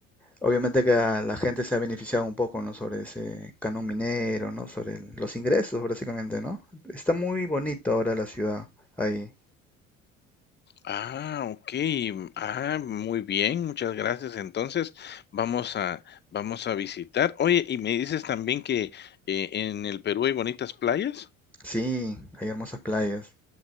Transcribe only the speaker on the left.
Ah, okey, mm, ah, muy bien, muchas gracias. Entonces, vamos a vamos a visitar. Oye, ¿y me dices también que, eh, en el Perú hay bonitas playas?